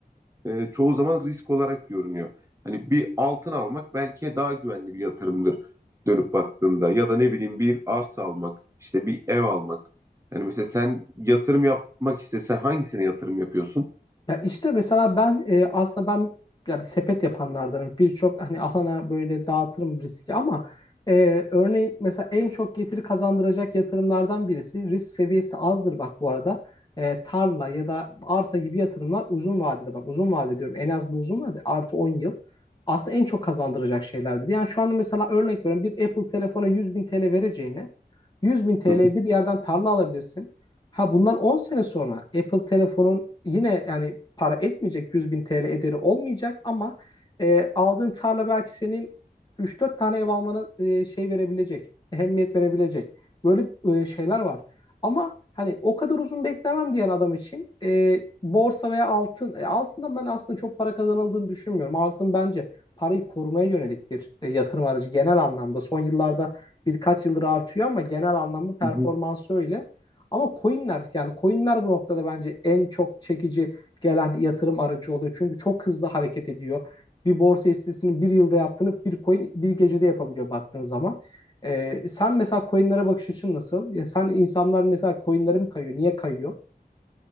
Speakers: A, on the right; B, on the left.
A: e, çoğu zaman risk olarak görünüyor. Hani bir altın almak belki daha güvenli bir yatırımdır dönüp baktığında ya da ne bileyim bir arsa almak, işte bir ev almak. Yani mesela sen yatırım yapmak istesen hangisine yatırım yapıyorsun?
B: Ya işte mesela ben e, aslında ben yani sepet yapanlardanım. Birçok hani alana böyle dağıtırım riski ama e, örneğin mesela en çok getiri kazandıracak yatırımlardan birisi risk seviyesi azdır bak bu arada. E, tarla ya da arsa gibi yatırımlar uzun vadede bak uzun vade diyorum en az bu uzun vade artı 10 yıl aslında en çok kazandıracak şeylerdir. Yani şu anda mesela örnek veriyorum bir Apple telefona 100 bin TL vereceğine 100 bin TL'ye
A: Hı hı.
B: bir yerden tarla alabilirsin. Ha bundan 10 sene sonra Apple telefonun yine yani para etmeyecek 100 bin TL ederi olmayacak ama e, aldığın tarla belki senin üç dört tane ev almana e, şey verebilecek, ehemmiyet verebilecek. Böyle e, şeyler var. Ama hani o kadar uzun beklemem diyen adam için e, borsa veya altın, e, altından ben aslında çok para kazanıldığını düşünmüyorum. Altın bence parayı korumaya yönelik bir e, yatırım aracı genel anlamda. Son yıllarda birkaç yıldır artıyor ama genel anlamda performansı
A: hı hı.
B: öyle. Ama coinler yani coinler bu noktada bence en çok çekici gelen yatırım aracı oluyor. Çünkü çok hızlı hareket ediyor. Bir borsa hissesinin bir yılda yaptığını bir coin bir gecede yapabiliyor baktığın zaman. Ee, sen mesela coinlere bakış açın nasıl? Ya sen insanlar mesela coinlere mi kayıyor? Niye kayıyor?